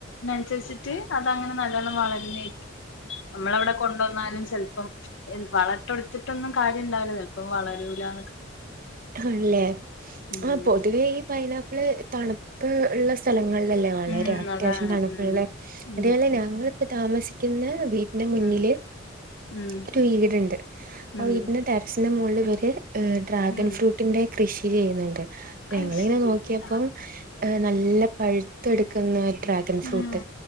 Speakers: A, on the left (about 65°); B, on the right (about 45°).
A: നൻച്ചെച്ചിട്ട് അതങ്ങനെ നല്ലോണ്ണം വളരുന്നായിരിക്കും. നമ്മള് അവിടെ കൊണ്ടുവന്നാലും ചെൽപ്പം, വളട്ടൊടുത്തിട്ടൊന്നും കാര്യം ഉണ്ടാവൂലാ ചെൽപ്പം വളരൂലാന്നൊ
B: ആണ്ല്ലേ
A: ഉം
B: ആ പൊതുവേ ഈ പൈനാപ്പിൾ തണുപ്പ് ഉള്ള സ്ഥ സ്ഥലങ്ങളിലല്ലേ വളരെ
A: ഉം
B: അത്യാവശ്യം
A: അതാണ്
B: തണുപ്പുള്ളേ
A: ഉം ഉം
B: അതേപോലെ
A: ഉം
B: ഞങ്ങളിപ്പ താമസിക്കുന്ന വീ മുന്നില്
A: ഉം ഉം
B: ഒരു വീടുണ്ട് ആ
A: ഉം
B: വീടി ടെറസിന്റെ മുകളിൽ വര് ഡ്രാഗൺ
A: ഉം
B: ഫ്രൂട്ടിന്റെ കൃഷി ചെയ്യുന്നുണ്ട്. ഞങ്ങളിങ്ങനെ
A: അത് ശരി
B: നോക്കിയപ്പം
A: ആ
B: നല്ല പഴ്‌ <unintelligible> ഡ്രാഗൺ ഫ്രൂട്ട്
A: ഉം